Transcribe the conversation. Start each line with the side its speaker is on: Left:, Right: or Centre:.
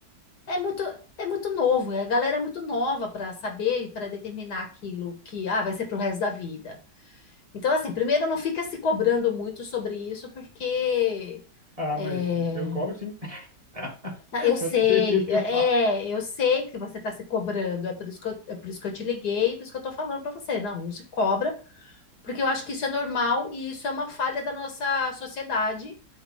Left: é muito. É muito novo, a galera é muito nova para saber e para determinar aquilo que ah, vai ser pro resto da vida. Então, assim, primeiro não fica se cobrando muito sobre isso, porque
Right: Ah,
Left: é,
Right: mas eu cobro sim. <laughs>
Left: ah, eu sei,
Right: Pode ter certeza que
Left: é,
Right: eu faço.
Left: eu sei que você está se cobrando, é por isso que eu, é por isso que eu te liguei, por isso que eu estou falando para você. Não, não se cobra, porque eu acho que isso é normal e isso é uma falha da nossa sociedade,